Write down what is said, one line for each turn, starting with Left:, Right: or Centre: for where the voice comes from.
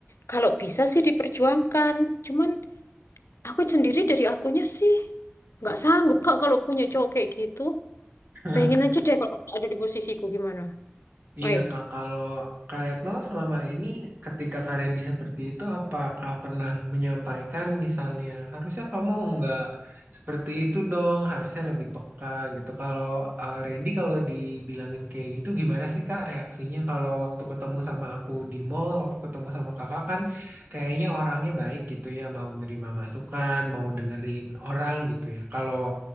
Left: kalau bisa sih diperjuangkan cuman aku sendiri dari akunya sih nggak sanggup kak kalau punya cowok kayak gitu
Right: <laughs>
Left: pengen aja deh kalau ada di posisiku gimana
Right: Iya
Left: ayo
Right: Kak, kalau Kak Retno selama ini ketika Kak Randy seperti itu apakah pernah menyampaikan misalnya harusnya kamu nggak seperti itu dong, harusnya lebih peka gitu. Kalau eh, Randy kalau dibilangin kayak gitu gimana sih Kak reaksinya kalau waktu ketemu sama aku di mall, waktu ketemu sama kakak kan kayaknya orangnya baik gitu ya, mau nerima masukan, mau dengerin orang gitu ya. Kalau